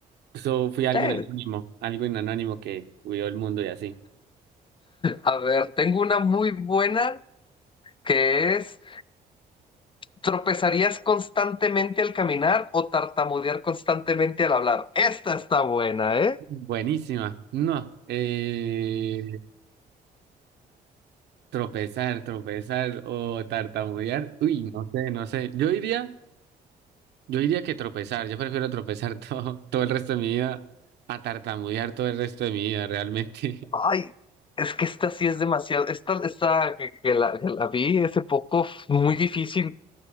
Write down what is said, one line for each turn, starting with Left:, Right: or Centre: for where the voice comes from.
Right: so fui alguien
Left: Sí.
Right: anónimo, alguien anónimo que cuidó el mundo y así.
Left: A ver, tengo una muy buena. que es tropezarías constantemente al caminar o tartamudear constantemente al hablar. Esta está buena, ¿eh?
Right: Buenísima, no, eh, tropezar, tropezar o tartamudear, uy, no sé, no sé, yo diría, yo diría que tropezar, yo prefiero tropezar <laughs> todo, todo el resto de mi vida a tartamudear todo el resto de mi vida, realmente.
Left: Ay, es que esta sí es demasiado, esta, esta que, que la, que la vi hace poco, muy difícil,